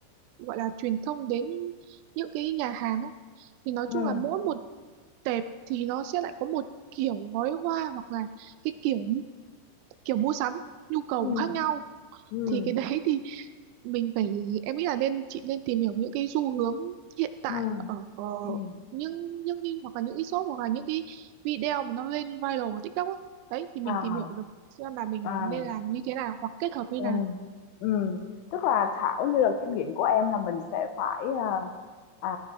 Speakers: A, on the right (about 85°); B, on the left (about 80°).
A: gọi là truyền thông đến những cái nhà hàng á. thì nói
B: ừm,
A: chung là mỗi một đẹp thì nó sẽ lại có một kiểu gói hoa hoặc là cái kiểu kiểu mua sắm nhu cầu
B: ừm,
A: khác nhau
B: ừm,
A: thì cái đấy thì mình phải em nghĩ là nên chị nên tìm hiểu những cái xu hướng hiện tại
B: ừm,
A: ở, ở
B: ừm,
A: những những cái hoặc là những cái shop hoặc là những cái video mà nó lên viral TikTok ấy. Đấy thì mình
B: à
A: tìm hiểu được xem là mình
B: à
A: nên làm như thế nào hoặc kết hợp như
B: Ừ,
A: nào
B: ừm, tức là Thảo như là kinh nghiệm của em là mình sẽ phải à, à,